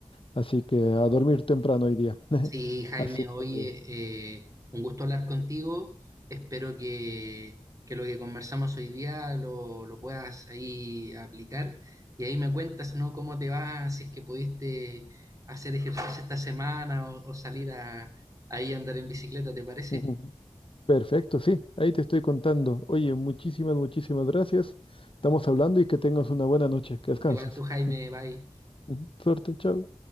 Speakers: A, on the left; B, on the right.
A: Así que a dormir temprano hoy día. <laughs>
B: Sí, Jaime,
A: Así
B: oye,
A: que
B: eh, un gusto hablar contigo. Espero que, que lo que conversamos hoy día lo, lo puedas ahí aplicar. Y ahí me cuentas, ¿no? Cómo te va, si es que pudiste hacer ejercicio esta semana o, o salir a, ahí a andar en bicicleta, ¿te parece?
A: ujú, perfecto, sí, ahí te estoy contando. Oye, muchísimas, muchísimas gracias. Estamos hablando y que tengas una buena noche. Que descanses.
B: Igual tú, Jaime,
A: <laughs>
B: bye.
A: Ujú, Suerte, chao.